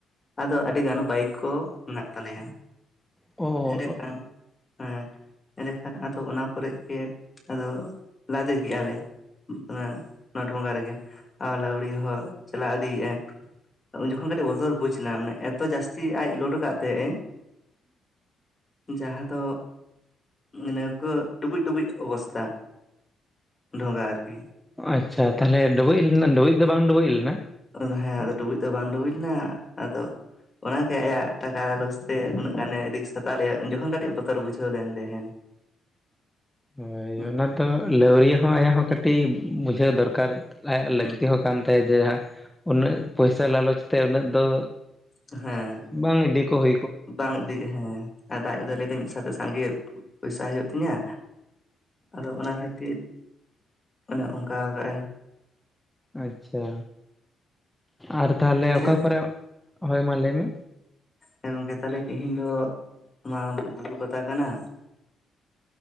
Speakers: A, on the left; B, in the centre.
A: ᱟᱫᱚ ᱟᱹᱰᱤ ᱜᱟᱱ ᱵᱟᱭᱤᱠ ᱠᱚ ᱢᱮᱱᱟᱜ ᱛᱟᱞᱮᱭᱟ᱾
B: ᱚ
A: ᱮᱸᱰᱮᱠᱷᱟᱱ ᱦᱮᱸ, ᱮᱸᱰᱮᱠᱷᱟᱱ ᱟᱫᱚ ᱚᱱᱟ ᱠᱚᱨᱮᱜ ᱜᱮ ᱟᱫᱚ ᱞᱟᱫᱮ ᱠᱮᱜᱼᱟ ᱞᱮ᱾ ᱚᱱᱮ ᱚᱱᱟ ᱰᱷᱚᱸᱜᱟ ᱨᱮᱜᱮ ᱟᱨ ᱞᱟᱹᱣᱲᱤ ᱦᱚᱸ ᱪᱟᱞᱟᱣ ᱤᱫᱤᱭᱮᱜ-ᱟᱭ, ᱩᱱ ᱡᱚᱠᱷᱚᱱ ᱠᱟᱹᱴᱤᱡ ᱵᱚᱛᱚᱨ ᱵᱩᱡᱽ ᱱᱟ, ᱢᱟᱱᱮ ᱮᱛᱚ ᱡᱟᱹᱥᱛᱤ ᱟᱡ ᱞᱳᱰ ᱠᱟᱫ ᱛᱟᱦᱮᱸᱜ ᱮ ᱡᱟᱦᱟᱸ ᱫᱚ ᱱᱟᱹᱣᱠᱟᱹ ᱰᱩᱵᱩᱡ ᱰᱩᱵᱩᱡ ᱚᱵᱚᱥᱛᱟ ᱰᱷᱚᱸᱜᱟ ᱟᱨᱠᱤ᱾
B: ᱟᱪᱪᱷᱟ ᱛᱟᱦᱚᱞᱮ ᱰᱩᱵᱩᱡ ᱞᱮᱱᱟ ᱰᱩᱵᱩᱡ ᱫᱚ ᱵᱟᱝ ᱰᱩᱵᱩᱡ ᱞᱮᱱᱟ?
A: ᱟᱫᱚ ᱦᱮᱸ ᱟᱫᱚ ᱰᱩᱵᱩᱡ ᱫᱚ ᱵᱟᱝ ᱰᱩᱵᱩᱡ ᱞᱮᱱᱟ, ᱟᱫᱚ ᱚᱱᱟ ᱜᱮ ᱟᱭᱟᱜ ᱴᱟᱠᱟ ᱞᱟᱞᱚᱪ ᱛᱮ ᱩᱱᱟᱹᱜ ᱜᱟᱱᱮ ᱨᱤᱠᱥ ᱦᱟᱛᱟᱣ ᱞᱮᱭᱟᱭ ᱩᱱ ᱡᱚᱠᱷᱚᱱ ᱠᱟᱹᱴᱤᱡ ᱵᱚᱛᱚᱨ ᱵᱩᱡᱷᱟᱹᱣ ᱞᱮᱱ ᱛᱟᱦᱮᱸᱱ᱾
B: ᱦᱳᱭ,
A: ᱦᱩᱸ
B: ᱚᱱᱟ ᱫᱚ ᱞᱟᱹᱣᱨᱤᱭᱟᱹ ᱦᱚᱸ ᱟᱭᱟᱜ ᱦᱚᱸ ᱠᱟᱹᱴᱤᱡ ᱵᱩᱡᱷᱟᱹᱣ ᱫᱚᱨᱠᱟᱨ᱾ ᱞᱟᱭᱟᱜ ᱞᱟᱹᱠᱛᱤ
A: ᱦᱩᱸ
B: ᱦᱚᱸ ᱠᱟᱱ ᱛᱟᱭᱟ ᱡᱮ ᱩᱱᱟᱹᱜ ᱯᱚᱭᱥᱟ ᱞᱟᱞᱚᱪ ᱛᱮ ᱩᱱᱟᱹᱜ ᱫᱚ
A: ᱦᱮᱸ᱾
B: ᱵᱟᱝ ᱤᱫᱤᱠ ᱠᱚ ᱦᱩ
A: ᱵᱟᱝ ᱤᱫᱤ ᱦᱮᱸ ᱟᱡ ᱫᱚ ᱞᱟᱹᱭ ᱛᱟᱹᱧ ᱢᱤᱫ ᱥᱟᱶᱛᱮ ᱥᱟᱸᱜᱮ ᱯᱚᱭᱥᱟ ᱦᱩᱭᱩᱜ ᱛᱤᱧᱟ, ᱟᱫᱚ ᱚᱱᱟ ᱠᱷᱟᱹᱛᱤᱨ ᱚᱱᱮ ᱚᱝᱠᱟ ᱠᱟᱜᱼᱟᱭ᱾
B: ᱟᱪᱪᱷᱟ, ᱟᱨ ᱛᱟᱦᱚᱞᱮ
A: ᱛᱟᱦᱞᱮ
B: ᱚᱠᱟ ᱠᱚᱨᱮᱜ, ᱦᱳᱭ ᱢᱟ ᱞᱟᱹᱭᱢᱮ᱾
A: ᱦᱮᱸ ᱜᱚᱝᱠᱮ ᱛᱟᱦᱚᱞᱮ ᱛᱤᱦᱤᱧ ᱫᱚ ᱚᱱᱟ ᱵᱩᱨᱩ ᱯᱟᱛᱟ ᱠᱟᱱᱟ,